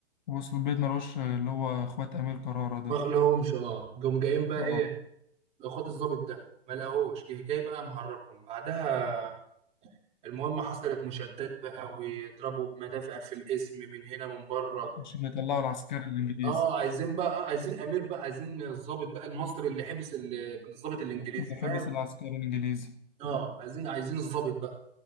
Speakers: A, on the left; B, on the right.
A: وصل البيت ملوش اللي هو اخوات امير كرارة ده
B: ما لقاهمش اه جم جايين بقى
A: اه
B: ايه اخوات الضابط ده ما لقاهوش جه جاي بقى مهربهم بعدها المهم حصلت مشادات بقى ويضربوا بمدافع في الاسم من هنا من بره
A: عشان يطلعوا العسكري الانجليزي
B: اه عايزين بقى عايزين امير بقى عايزين الضابط بقى المصري اللي حبس ال- الضابط الانجليزي
A: اللي
B: فاهم
A: حبس العسكري الانجليزي
B: اه عايزين عايزين الضابط بقى